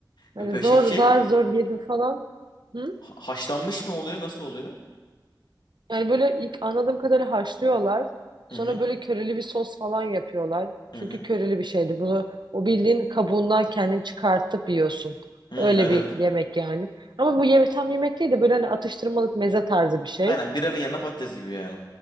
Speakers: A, on the right; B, on the left.
A: Hani
B: Öpeşek
A: zor
B: şey
A: zar zor yedim falan. Hı?
B: ha- haşlanmış mı oluyor? Nasıl oluyor?
A: Yani böyle ilk anladığım kadarıyla haşlıyorlar. Sonra
B: Hı hı.
A: böyle köreli bir sos falan yapıyorlar. Çünkü
B: Hı hı.
A: köreli bir şeydi. Bunu o bildiğin kabuğundan kendini çıkartıp yiyorsun.
B: Hı, evet,
A: Öyle bir
B: evet.
A: yemek yani. Ama bu yemek tam yemek değil de böyle hani atıştırmalık meze tarzı bir şey.
B: Aynen biranın yanına patates gibi yani.